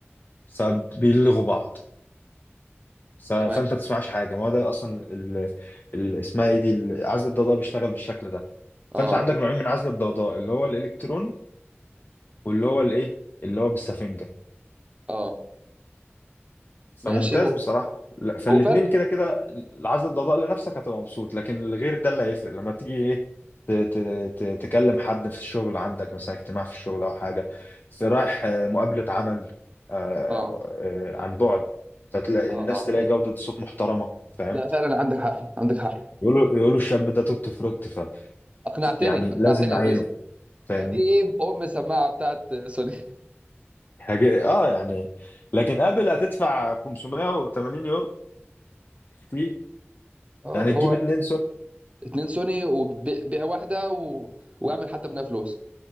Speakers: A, on the left; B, on the right.
A: فبيلغوا بعض ف- فأنت
B: تمام
A: ما بتسمعش حاجة ما هو ده أصلا ال- ال- اسمها إيه دي ال- عزل الضوضاء بيشتغل بالشكل ده فأنت
B: اه
A: عندك نوعين من عزل الضوضاء اللي هو الإلكتروني واللي هو الإيه اللي هو بالسفنجة
B: اه
A: فممتاز
B: ماشي هو
A: بصراحة لا فالاتنين
B: هو فعلا
A: كده كده العزل الضوضاء لنفسك هتبقى مبسوط لكن الغير ده اللي هيفرق لما تيجي ايه ت- ت- ت- تكلم حد في الشغل عندك مثلا اجتماع في الشغل او حاجة في رايح آه، مقابلة عمل آه،
B: اه
A: آه، عن بعد فتلاقي
B: اه
A: الناس
B: اه
A: تلاقي جودة صوت محترمة فاهم
B: لا فعلا عندك حق عندك حق
A: يقولوا يقولوا الشاب ده توت فروت ف
B: اقنعتني
A: يعني لازم
B: اقنعتني
A: نعينه
B: يا زيزو
A: فاهمني
B: هجيب ام السماعه بتاعت سوني
A: حاجة اه يعني لكن قبل هتدفع 580 يورو كتير
B: <laughs> اه
A: يعني
B: هو
A: تجيب اتنين
B: اتنين سوني وبيع واحده و... واعمل حتى منها فلوس